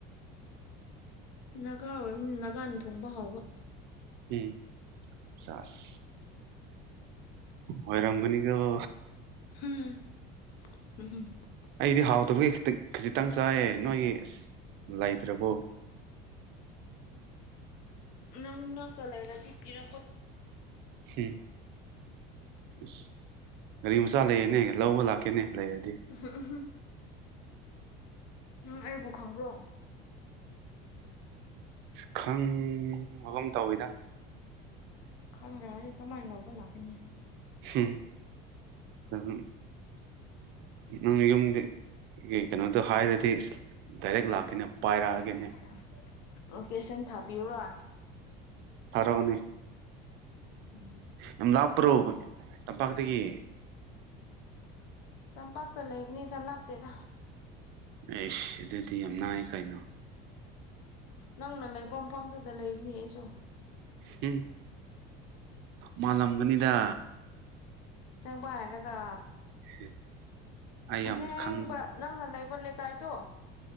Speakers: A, on the left; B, on the right.
A: ꯅꯥꯒꯥ ꯑꯣꯏꯕꯅꯤꯅ ꯅꯥꯒꯥꯅ ꯊꯣꯡꯕ ꯍꯥꯎꯕ
B: ꯎꯝ ꯆꯥꯁ ꯑꯣꯏꯔꯝꯒꯅꯤꯀ‌ꯣ
A: <unintelligible>
B: ꯑꯩꯗꯤ ꯍꯥꯎꯗꯕꯒꯤ ꯈꯤꯇꯪ ꯈꯖꯤꯛꯇꯪ ꯆꯥꯏꯌꯦ ꯅꯣꯏꯒꯤ ꯑꯁ ꯂꯩꯇ꯭ꯔꯕꯣ
A: ꯅꯪ ꯅꯛꯇ ꯂꯩꯔꯗꯤ ꯄꯤꯔꯛꯄ
B: ꯎꯝ ꯑꯁ ꯒꯥꯔꯤ ꯃꯆꯥ ꯂꯩꯌꯦꯅꯦ ꯂꯧꯕ ꯂꯥꯛꯀꯦꯅꯦ ꯂꯩꯔꯗꯤ
A: ꯎꯝꯍ ꯎꯝꯍ ꯎꯝ ꯑꯩꯕꯨ ꯈꯪꯕ꯭ꯔꯣ
B: ꯑ ꯈꯪꯕꯐꯝ ꯇꯧꯋꯤꯗ
A: ꯈꯪꯈ꯭ꯔꯦ ꯀꯃꯥꯏꯅ ꯂꯧꯕ ꯂꯥꯛꯀꯅꯤ
B: ꯎꯝ ꯎꯝ ꯅꯪ ꯌꯨꯝꯒꯤ ꯀꯩꯅꯣꯗꯣ ꯍꯥꯏꯔꯗꯤ ꯗꯥꯏꯔꯦꯛ ꯂꯥꯛꯀꯦꯅꯦ ꯄꯥꯏꯔꯛꯑꯒꯦꯅꯦ
A: UNINTELLIGIBLE ꯂꯣꯀꯦꯁꯟ ꯊꯥꯕꯤꯌꯨꯔꯣ
B: ꯊꯔꯥꯛꯎꯅꯦ
A: ꯎꯝ
B: ꯌꯥꯝ ꯂꯥꯞꯄ꯭ꯔꯣ ꯇꯝꯄꯥꯛꯇꯒꯤ
A: ꯇꯝꯄꯥꯛꯇ ꯂꯩꯕꯅꯤꯗ ꯂꯥꯞꯇꯦꯗ
B: ꯑꯦꯁ ꯑꯗꯨꯗꯤ ꯌꯥꯝ ꯅꯥꯥꯏ ꯀꯩꯅꯣ
A: ꯅꯪꯅ ꯂꯩꯕ ꯃꯐꯝꯗꯨꯗ ꯂꯩꯕꯅꯤ ꯑꯩꯁꯨ
B: ꯍꯝ ꯃꯥꯜꯂꯝꯒꯅꯤꯗ
A: ꯆꯦꯡꯕ ꯍꯥꯏꯔꯒ
B: <unintelligible>
A: ꯑꯁꯦꯡꯕ
B: ꯈꯪ
A: ꯅꯪꯅ ꯂꯩꯕ ꯂꯩꯀꯥꯏꯗꯣ